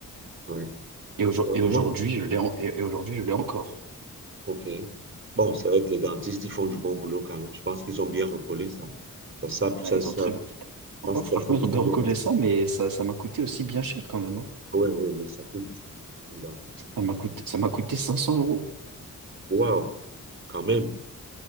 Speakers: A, on the right (about 35°); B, on the right (about 75°).
A: ouais.
B: Et aujo-
A: Heureusement.
B: et aujourd'hui, je l'ai en- et, et aujourd'hui, je l'ai encore.
A: OK. Bon, c'est vrai que les dentistes, ils font du bon boulot quand même. Je pense qu'ils ont bien recollé ça. Ça, ça,
B: Ouais,
A: ça,
B: ils
A: ça-
B: ont très...
A: je
B: Oh,
A: pense
B: franchement,
A: que ça s'est
B: ils
A: plutôt
B: ont bien recollé
A: bien passé.
B: ça, mais ça, ça m'a coûté aussi bien cher quand même. hein.
A: Oui, oui, oui, ça coûte. Les dentistes, ils
B: Ça m'a
A: sont chers.
B: coûté, ça m'a coûté 500 euros.
A: Waouh, quand même.